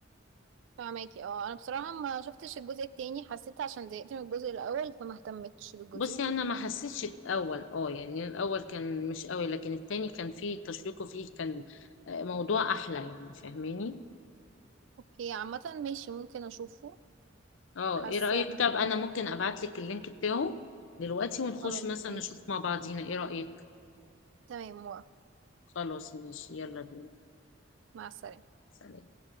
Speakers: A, on the right; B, on the left.
A: فهماكي اه انا بصراحه ما شفتش الجزء التاني حسيت عشان زهقت من الجزء الاول فما اهتمتش بالجزء
B: بصي
A: التاني
B: انا ما حسيتش الاول اه يعني الاول كان مش قوي لكن التاني كان فيه تشويق وفيه كان آه، موضوع احلى يعني فاهماني
A: اوكي عامه ماشي ممكن اشوفه
B: اه
A: حاسه
B: ايه رايك طب انا ممكن ابعت لك اللينك بتاعه دلوقتي ونخش
A: خلاص
B: مثلا
A: ماشي
B: نشوف مع بعضينا ايه رايك
A: تمام موافقة.
B: خلاص ماشي يلا بينا
A: مع السلامه
B: سلام